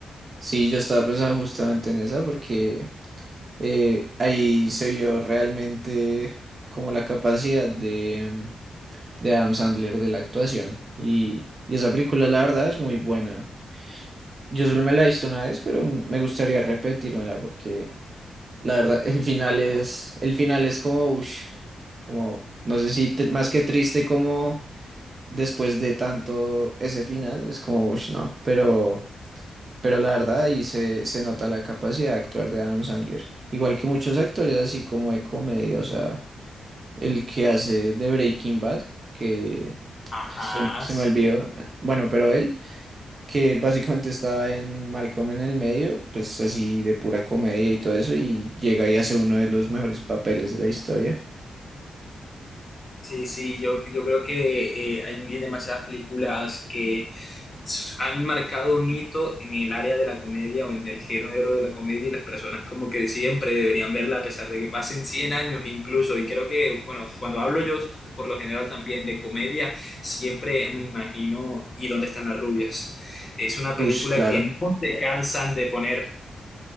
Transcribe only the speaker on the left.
y-
¿vale?
Ajá,
sí.
Sí, sí, yo, yo creo que eh, hay demasiadas películas que s- han marcado un hito en el área de la comedia o en el género de la comedia y las personas como que siempre deberían verla a pesar de que pasen 100 años incluso. Y creo que, bueno, cuando hablo yo por lo general también de comedia, siempre me imagino ¿Y dónde están las rubias? Es una película
que no se cansan de poner